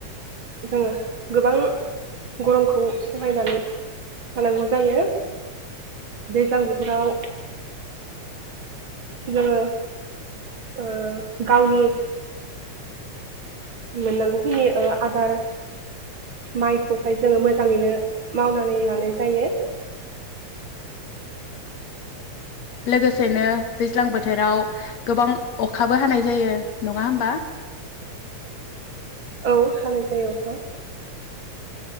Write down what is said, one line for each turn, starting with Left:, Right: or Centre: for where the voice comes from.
Right: जोङो गोबां गरमखौ सहायनानै थानांगौ जायो दैज्लां बोथोराव जोङो ओ गावनि मोननांगौखिनि ओ आदार माइखौहाय जोङो मोजाङैनो मावनानै लानाय जायो।
Left: लोगोसेनो दैज्लां बोथोराव गोबां अखाबो हानाय जायो नङा होनबा?
Right: औ हानाय जायो अखा।